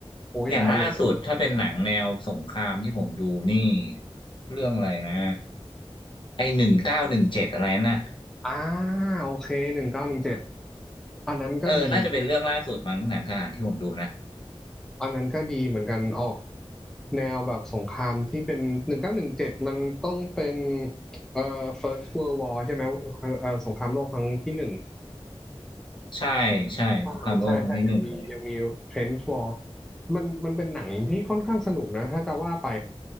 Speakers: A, in the centre; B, on the left.
A: โอ้ยได้เลย
B: อย่างล่าสุดถ้าเป็นหนังแนวสงครามที่ผมดูนี่เรื่องอะไรนะไอหนึ่งเก้าหนึ่งเจ็ดอะไรน่ะ
A: อ่าโอเคหนึ่งเก้าหนึ่งเจ็ดอันนั้นก็ดี
B: เออน่าจะเป็นเรื่องล่าสุดมั้งหนังทหารที่ผมดูนะ
A: อันนั้นก็ดีเหมือนกันออกแนวแบบสงครามที่เป็นหนึ่งเก้าหนึ่งเจ็ดมันต้องเป็นเอ่อ First World War ใช่ไหมเอ่อเอ่อสงครามโลกครั้งที่หนึ่ง
B: ใช่ใช่สงครามโลกครั้งที่หนึ่งเลย
A: ใช่ใช่ใช่ยังมียังมี Trench War มันมันเป็นหนังที่ค่อนข้างสนุกนะถ้าจะว่าไป